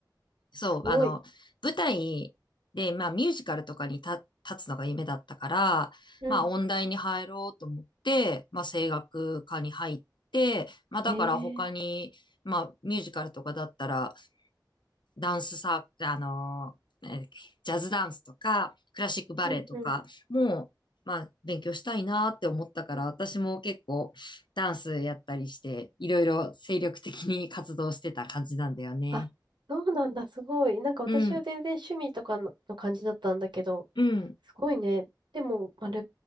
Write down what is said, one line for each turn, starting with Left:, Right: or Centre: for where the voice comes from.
Left: そう、
Right: すごい。
Left: あの、舞台で、まあミュージカルとかに立立つのが夢だったから、
Right: うん。
Left: まあ音大に入ろうと思って、まあ声楽科に入って、まあだから他に、
Right: へえ。
Left: まあミュージカルとかだったら、ダンスサー、あのー、えージャズダンスとか、クラシックバレエとかも、
Right: うんうん
Left: まあ、勉強したいなって思ったから、私も結構ダンスやったりして、いろいろ精力的に活動してた感じなんだよね。
Right: あ、そうなんだ、すごい。なんか私は全然趣味とかの、
Left: うん、
Right: の感じだったんだけど、
Left: うん、
Right: すごいね。でも、あれ、